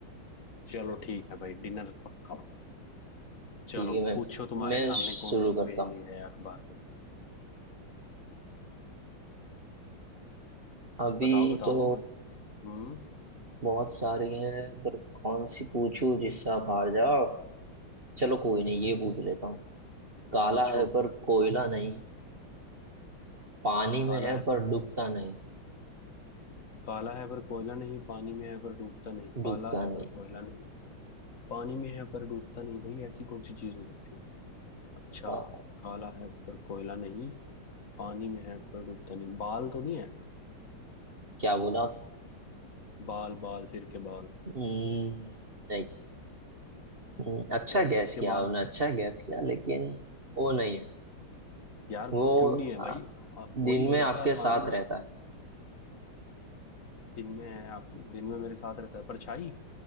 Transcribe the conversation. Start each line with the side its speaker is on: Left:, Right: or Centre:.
Left: चलो ठीक है भाई डिनर पक्का
Right: ठीक
Left: चलो
Right: है मैम
Left: पूछो तुम्हारे
Right: मैं
Left: सामने
Right: शुरू
Left: कौन सी
Right: करता
Left: पहेली
Right: हूँ
Left: है अखबार में
Right: अभी
Left: बताओ बताओ
Right: तो
Left: हम्म
Right: बहुत सारी हैं पर कौन सी पूछूं जिससे आप हार जाओ चलो कोई नहीं ये पूछ लेता हूँ काला
Left: पूछो
Right: है पर कोयला नहीं पानी में
Left: काला
Right: है
Left: है
Right: पर
Left: पर
Right: डूबता नहीं
Left: काला है पर कोयला नहीं पानी में है पर डूबता नहीं काला
Right: डूबता
Left: है पर
Right: नहीं
Left: कोयला नहीं पानी में है पर डूबता नहीं भाई ऐसी कौन सी चीज हो सकती है अच्छा
Right: बताओ भाई
Left: काला है पर कोयला नहीं पानी में है पर डूबता नहीं बाल तो नहीं है
Right: क्या बोला आप
Left: बाल बाल सिर के बाल
Right: हम्म, नहीं हम्म, अच्छा
Left: अरे यार
Right: गैस
Left: सिर के
Right: किया
Left: बाल
Right: आपने अच्छा गैस किया लेकिन वो नहीं है
Left: यार
Right: वो
Left: क्यों नहीं है
Right: आ,
Left: भाई आ, वही
Right: दिन
Left: हो
Right: में
Left: सकता
Right: आपके
Left: है पानी
Right: साथ
Left: में
Right: रहता है
Left: दिन में है आप दिन में मेरे साथ रहता है परछाई